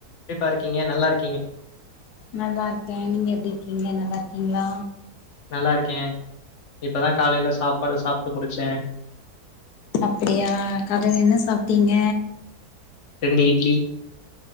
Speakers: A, on the left (about 60°); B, on the left (about 80°).
A: எப்டிப்பா இருக்கீங்க நல்லா இருக்
B: நல்லா இருக்கே நீங்க எப்டி கீங்க நல்லாருக்கீங்ளா
A: நல்லா இருக்கே இப்பதா காலைல சாப்பாடு சாப்ட்டு முடிச்சே
B: அப்டியா காலைல என்ன சாப்ட்டீங்க
A: ரெண்டு இட்லி